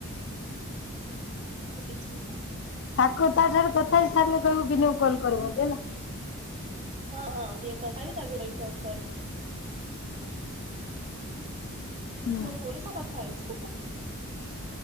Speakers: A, on the right (about 30°); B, on the left (about 55°).
A: <inaudible> କିଛି ନାଇଁ।
B: ତାକୁ ତା ଠାରୁ କଥା ହେଇ ସାରିଲେ କହିବୁ ବିନୁକୁ କଲ୍ କରିବ ବୋଲି ହେଲା।
A: ହଁ ହଁ ବି କଥା ବି ତା ପରେ ତାକୁ କହିବି କରେ।
B: ହୁଁ।
A: ମୋ ଭଉଣୀ ସହ କଥା ହେଉଛି